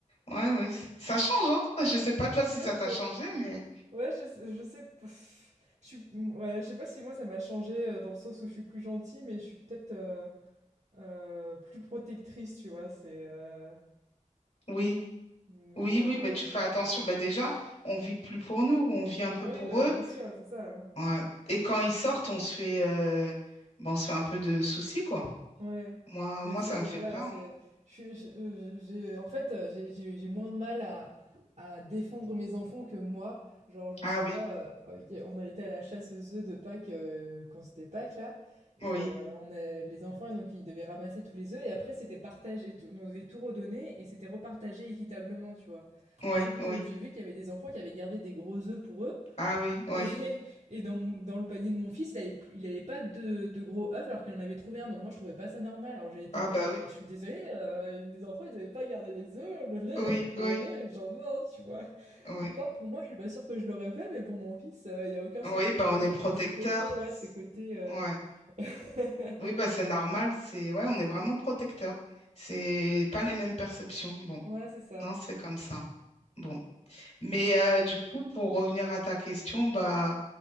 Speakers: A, on the left (about 55°); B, on the right (about 60°).
A: ouais, oui. Ça change, hein.
B: <laughs>
A: <laughs> Je sais pas toi si
B: Ouais,
A: ça t'a changé, mais
B: Ouais, je sais je sais pff, je suis ouais, je sais pas si moi ça m'a changé heu, dans le sens où je suis plus gentille, mais je suis peut-être, heu heu, plus protectrice, tu vois? C'est, heu,
A: oui.
B: donc,
A: Oui,
B: heu
A: oui, bah, tu fais attention. Bah, déjà, on vit plus pour nous, on vit un peu
B: ah
A: pour
B: oui, bah,
A: eux.
B: bien sûr, c'est ça, hein.
A: Ouais. Et quand ils sortent, on se fait, euh, bah, on se fait un peu de soucis, quoi.
B: Ouais,
A: Moi,
B: mais
A: moi,
B: c'est
A: ça me fait
B: voilà,
A: peur.
B: c'est je suis je- euh, j'ai en fait, heu, j'ai j'ai j'ai moins de mal à à défendre mes enfants que moi. Genre, je me
A: Ah
B: souviens,
A: oui,
B: heu, y a on a été à la chasse aux œufs de Pâques, heu, quand c'était Pâques là et
A: oui,
B: heu, on a les enfants donc ils devaient ramasser tous les œufs et après c'était partagé, tout on devait tout redonner et c'était repartagé équitablement, tu vois?
A: oui,
B: Sauf
A: oui.
B: que j'ai vu qu'il y avait des enfants qui avaient gardé des gros œufs pour eux
A: Ah oui, oui.
B: et, <laughs> et dans, mon- dans le panier de mon fils, il avait, plus- il avait pas de, de gros œufs alors qu'il en avait trouvé un. Donc moi, je trouvais pas ça normal. Alors j'ai été
A: Ah
B: voir,
A: bah
B: je, fais,
A: oui,
B: je suis désolée, euh, les enfants, ils devaient pas garder les œufs. Le mien,
A: oui,
B: il a pas eu de gros
A: oui,
B: œufs et j'en veux un, tu vois.
A: oui.
B: Et ça, pour moi, je suis pas sûre que je l'aurais fait, mais pour mon fils, euh, il y a aucun
A: Oui,
B: souci,
A: bah
B: tu vois.
A: on est protecteur.
B: C'est ce côté, ouais, ce côté... euh,
A: Ouais.
B: <laughs>
A: Oui, bah c'est normal. C'est ouais, on est vraiment protecteur. C'est pas les mêmes perceptions. Bon,
B: Ouais, c'est ça.
A: non, c'est comme ça. Bon. Mais euh, du coup, pour revenir à ta question, bah